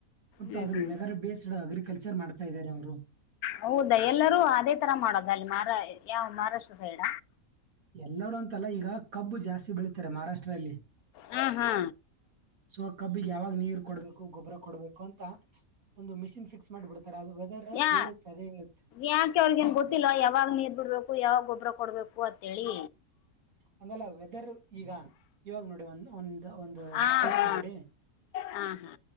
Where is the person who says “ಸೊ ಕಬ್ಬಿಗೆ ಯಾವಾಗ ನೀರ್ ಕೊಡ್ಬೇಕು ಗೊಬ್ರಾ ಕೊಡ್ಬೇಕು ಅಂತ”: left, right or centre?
Right